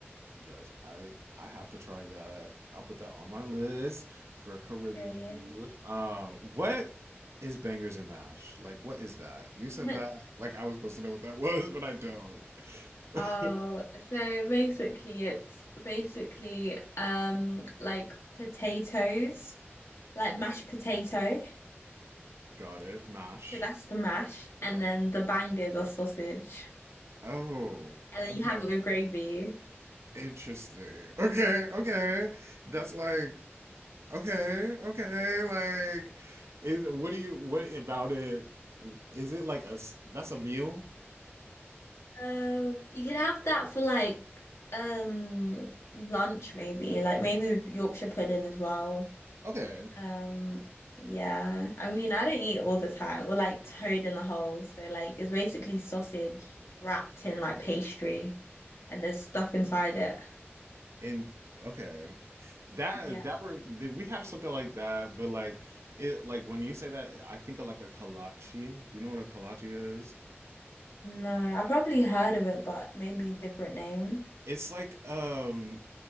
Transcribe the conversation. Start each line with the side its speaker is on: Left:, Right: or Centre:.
Right: Yes, I I have to try that. I'll put that on my list for Caribbean
Left: Period.
Right: food. Um, what is bangers and mash? Like, what is that? You said
Left: <laughs>
Right: that like I was supposed to know what that <laughs> was, but I don't. <laughs>
Left: Oh, so basically it's basically um like potatoes, like
Right: Okay.
Left: mashed potato.
Right: Got it. Mash.
Left: So that's the mash
Right: Right.
Left: and then the bangers are sausage.
Right: Oh,
Left: And then
Right: okay.
Left: you have it with gravy.
Right: Interesting. Okay, okay. That's like okay, okay. Like, is what do you what about it? Is it like a s- that's a meal?
Left: Um, you could have that for like um lunch maybe, like maybe with Yorkshire pudding as well.
Right: Okay.
Left: Um, yeah. I mean, I don't eat all the time, or like toad in the hole. So like it's basically sausage wrapped in like pastry and there's stuff inside it.
Right: And okay, that
Left: Yeah.
Right: that were did we have something like that? But like it, like when you say that, I think of like a kolache. Do you know what a kolache is?
Left: No, I probably heard of it, but maybe different name.
Right: It's like um,